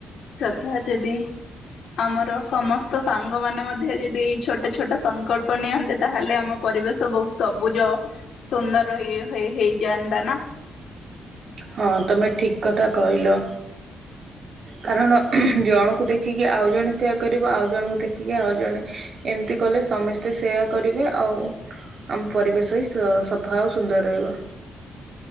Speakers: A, on the left; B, on the right.
A: <unintelligible> ଯଦି ଆମର ସମସ୍ତ ସାଙ୍ଗମାନୋ ମଧ୍ୟ ଯଦି ଏଇ ଛୋଟୋ ଛୋଟୋ ସଂକଳ୍ପ ନିଅନ୍ତେ ତାହେଲେ ଆମ ପରିବେଶ ବୋହୁ ସବୁଜ ସୁନ୍ଦର <unintelligible> ହେଇଯାଆନ୍ତି ନା।
B: ହଁ ତମେ ଠିକ କଥା କହିଲ। କାରଣ ଜଣକୁ ଦେଖିକି ଆଉ ଜଣେ ସେୟା କରିବ ଆଉ ଜଣଙ୍କୁ ଦେଖିକି ଆଉ ଜଣେ ଏମିତି କଲେ ସମସ୍ତେ ସେୟା କରିବେ। ଆଉ ଆମ ପରିବେଶ ହିଁ ସଫା ଆଉ ସୁନ୍ଦର ରହିବ।